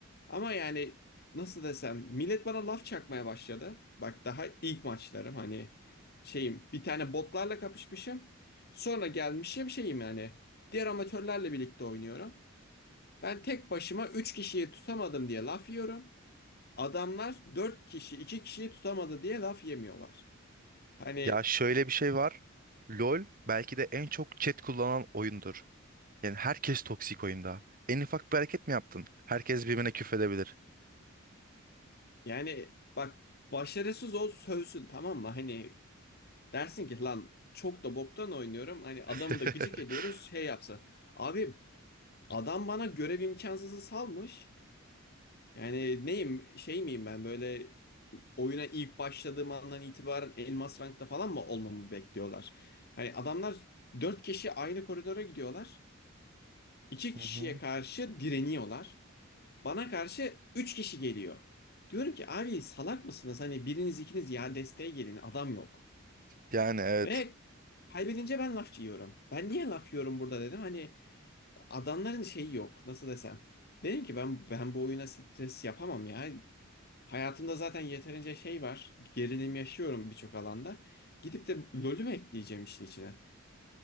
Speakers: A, on the left (about 50°); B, on the right (about 45°).
A: Ama yani nasıl desem millet bana laf çakmaya başladı. Bak daha ilk maçlarım hani şeyim bir tane botlarla kapışmışım. Sonra gelmişim şeyim yani diğer amatörlerle birlikte oynuyorum. Ben tek başıma 3 kişiyi tutamadım diye laf yiyorum. Adamlar 4 kişi, 2 kişiyi tutamadı diye laf yemiyorlar. Hani
B: Ya şöyle bir şey var. LoL belki de en çok chat kullanan oyundur. Yani herkes toksik oyunda. En ufak bir hareket mi yaptın? Herkes birbirine küfredebilir.
A: yani bak başarısız ol sövsün tamam mı? Hani dersin ki lan çok da boktan oynuyorum. Hani adamı
B: <laughs>
A: da gıcık ediyoruz şey yapsa. Abi adam bana görev imkansızı salmış. Yani neyim şey miyim ben böyle oyuna ilk başladığım andan itibaren elmas rankta falan mı olmamı bekliyorlar? Hani adamlar 4 kişi aynı koridora gidiyorlar. iki
B: Hı
A: kişiye
B: hı.
A: karşı direniyorlar. Bana karşı 3 kişi geliyor. Diyorum ki abi salak mısınız? Hani biriniz ikiniz ya desteğe gelin adam yok.
B: Yani evet.
A: Ve kaybedince ben laf yiyorum. Ben niye laf yiyorum burada dedim. Hani adamların şeyi yok nasıl desem. Dedim ki ben ben bu oyuna stres yapamam ya. Hayatımda zaten yeterince şey var. Gerilim yaşıyorum birçok alanda. Gidip de LoL'ü mü ekleyeceğim işin içine?